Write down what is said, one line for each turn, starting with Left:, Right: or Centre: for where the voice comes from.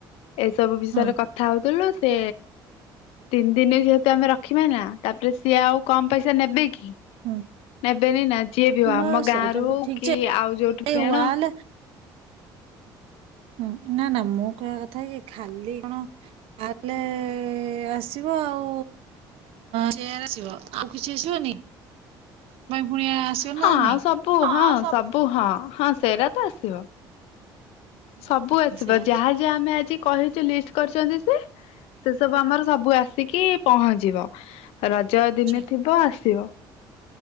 Left: ଏସବୁ ବିଷୟରେ
Right: ହଁ
Left: କଥା ହଉଥିଲୁ ସେ ତିନି ଦିନ ଯେହେତୁ ଆମେ ରଖିବା ନା। ତାପରେ ସିଏ ଆଉ କମ ପଇସା ନେବେ କି।
Right: ହୁଁ
Left: ନେବେନି ନା ଯିଏ ବି ହଉ
Right: ନା
Left: ଆମ ଗାଁ
Right: ସେଇଟା
Left: ରୁ
Right: ବି
Left: ହଉ
Right: ଠିକ
Left: କି
Right: ଯେ
Left: ଆଉ ଯୋଉଠି
Right: ଏଇ
Left: ବି
Right: ୱାଲ
Left: ଆଣ।
Right: ହଁ ନା ନା ମୁଁ କହିବା କଥା କି ଖାଲି କଣ ୱାଲେ ଆସିବ ଆଉ ଚେୟାର ଆସିବ ଆଉ କିଛି ଆସିବନି? ପୁଣି ଆସିବ ନା
Left: ହଁ
Right: ନାଇଁ?
Left: ଆଉ ସବୁ ହଁ
Right: ଆଉ
Left: ସବୁ ହଁ ହଁ ସେରା ଆସିବ।
Right: ହୁଁ
Left: ସବୁ ଆସିବ
Right: ସେଇଆ
Left: ଯାହା ଯାହା ଆମେ ଆଜି କହିଛୁ ଲିଷ୍ଟ କରିଛନ୍ତି ସେ ସେ ସବୁ ଆମର ସବୁ ଆସିକି ପହଞ୍ଚିବ। ରଜ
Right: ଆଚ୍ଛା।
Left: ଦିନେ ଥିବ ଆସିବ।